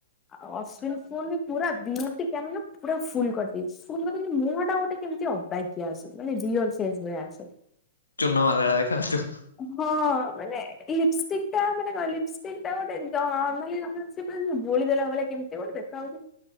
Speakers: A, on the left; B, on the left.
A: ଆଉ ଅଶ୍ଵିନ ଫୁନ୍ ପୁରା ବିୟୁଟି କାମେରା ପୁରା ଫୁଲ କରିଦେଇଚି ଫୁଲ କରିଦେଇଚି ମୁହଁ ଟା ଗୋଟେ କେମିତି ଅ ଅବାଗିଆ ଆସେ ମାନେ ରିଅଲ ଫେସ୍ ଭଳିଆ ଆସେ।
B: ଚୁନ ମାଲା ଭଳିଆ ଦେଖାଉଛୁ।
A: ହଁ ମାନେ ଲିପଷ୍ଟିକ୍ ଟା ମାନେ କଁ ଲିପଷ୍ଟିକ୍ ଟା ଗୋଟେ ନର୍ମାଲି ଆମର ସେ ପୁରା ବୁଳି ଦେଲା ଭଳିଆ କେମତି ମିତି ଗୋଟେ ଦେଖାହୋଉଚୁ